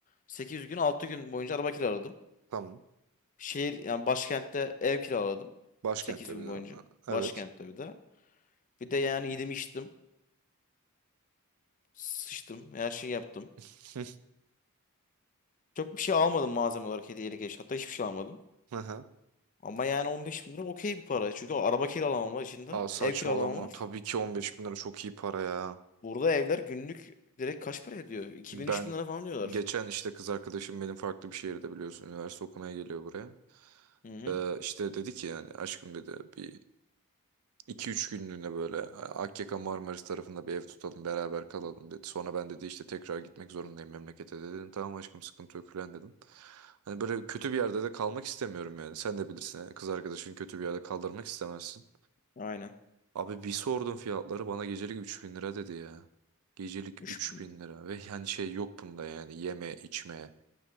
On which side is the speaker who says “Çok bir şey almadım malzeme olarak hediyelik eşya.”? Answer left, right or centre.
Left